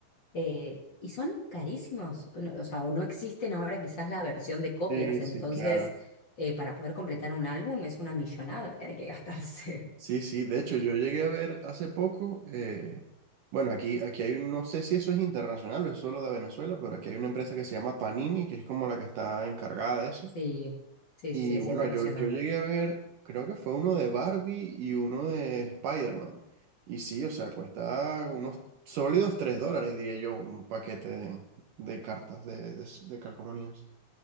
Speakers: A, on the left; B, on the right.
A: eh, y son carísimos, no- o sea, o no existen ahora quizás la versión de copias,
B: Sí,
A: entonces
B: sí, claro.
A: eh, para poder completar un álbum es una millonada que hay que gastarse. <laughs>
B: Sí, sí, de hecho yo llegué a ver hace poco, eh, bueno, aquí, aquí hay un, no sé si eso es internacional o es solo de Venezuela, pero aquí hay una empresa que se llama Panini, que es como la que está encargada de eso.
A: Sí, sí,
B: Y
A: sí, es
B: bueno,
A: internacional.
B: yo, yo llegué a ver, creo que fue uno de Barbie y uno de Spider-Man. Y sí, o sea, cuesta unos sólidos 3 dólares, diría yo, un paquete de, de cartas de, de de calcomanías.